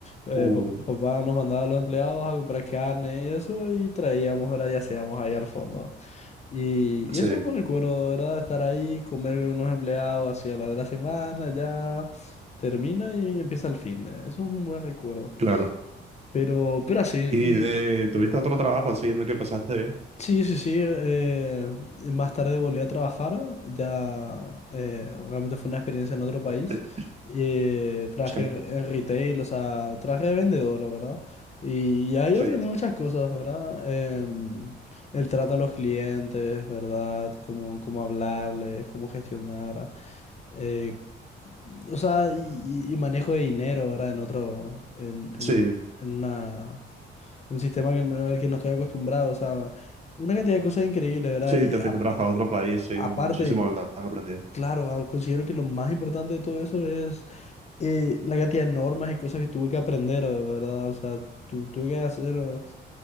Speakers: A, on the left; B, on the right.
A: eh,
B: uh,
A: pa- papá nos mandaba a los empleados a comprar carne y eso y traíamos, ¿verdad? Y hacíamos ahí al fondo. Y,
B: sí,
A: y eso me recuerdo, ¿verdad? Estar ahí, comer con unos empleados, así a la de la semana, ya termina y empieza el fin de. Eso es un buen recuerdo.
B: claro.
A: Pero, pero así,
B: ¿Y de- tuviste otro trabajo así en el que pasaste bien?
A: Sí, sí, sí. eh, más tarde volví a trabajar. Ya eh, realmente fue una experiencia en otro país.
B: Eh, eh,
A: eh, trabajé
B: Sí,
A: en retail, o sea, trabajé de vendedor, ¿verdad? Y, y ahí
B: sí,
A: aprendí muchas cosas, ¿verdad? Em, el trato a los clientes, ¿verdad? Cómo, cómo hablarles, cómo gestionar. eh, o sea, y, y- y manejo de dinero, ¿verdad? En otro, en, en
B: sí,
A: otro- en una un sistema que no, al que no estoy acostumbrado, o sea, una cantidad de cosas increíbles, ¿verdad?
B: sí,
A: Y
B: te
A: a-
B: fuiste a trabajar a otro país, sí,
A: aparte,
B: muchísimo hablas aprendiendo.
A: claro, ah, considero que lo más importante de todo eso es eh, la cantidad de normas y cosas que tuve que aprender, ¿verdad? O sea, tu- tuve que hacer... ah,